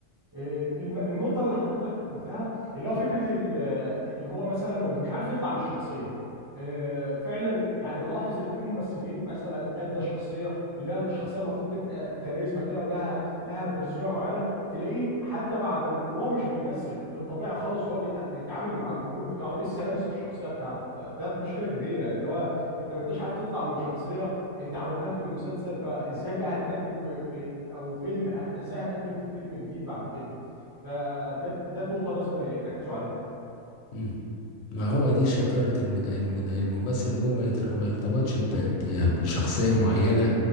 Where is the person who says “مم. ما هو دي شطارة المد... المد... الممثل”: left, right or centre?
Left